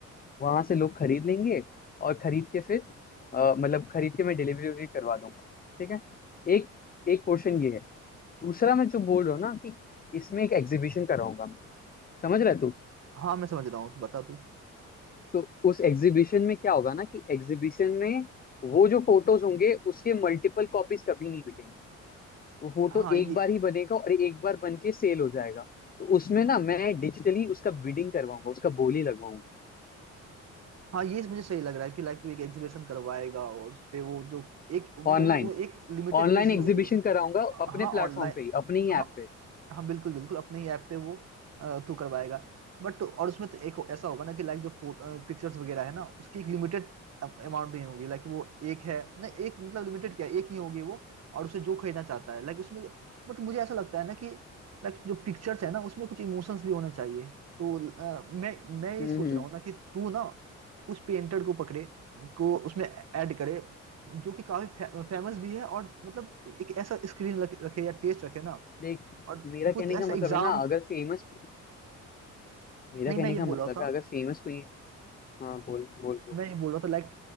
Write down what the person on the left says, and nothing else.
वहां से लोग खरीद लेंगे और खरीद के फिर अ, मतलब खरीद के मैं डिलीवरी वगैरह करवा दूंगा ठीक है एक एक पोर्शन ये है दूसरा मैं जो बोल रहा हूँ ना कि इसमें एक एग्जीबिशन कराऊंगा मैं समझ रहा है तू
तो उस एग्जीबिशन में क्या होगा ना कि एग्जीबिशन में वो जो फोटोज होंगे उसके मल्टीपल कॉपीज कभी नहीं बिकेंगे वो फोटो
एक बार ही बनेगा और एक बार बन के सेल हो जाएगा तो उसमें ना मैं डिजिटली उसका बिडिंग करवाऊंगा उसका बोली लगवाऊंगा
ऑनलाइन
ऑनलाइन
एग्जीबिशन
कराऊंगा अपने
प्लेटफॉर्म
पे ही अपने ही
ऐप पे
हम्म
हम्म
देख
मेरा कहने
का
मतलब
है ना अगर फेमस मेरा
कहने
का मतलब
है अगर फेमस पेंट हाँ बोल बोल बोल